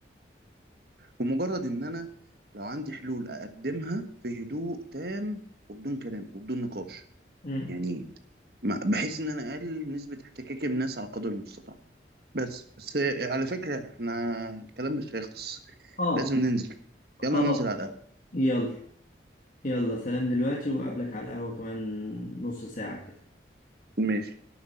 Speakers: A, on the right; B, on the left.
A: ومجرد إن أنا لو عندي حلول أقدمها في هدوء تام وبدون كلام وبدون نقاش
B: مم.
A: يعني ما- بحيث إن أنا أقلل نسبة احتكاكي بالناس على قدر المستطاع بس بس على فكرة احنا الكلام مش هيخلص
B: آه
A: لازم ننزل
B: خلاص
A: يلا ننزل على القهوة
B: يلا يلا سلام دلوقتي وأقابلك على القهوة كمان نص ساعة كده
A: ماشي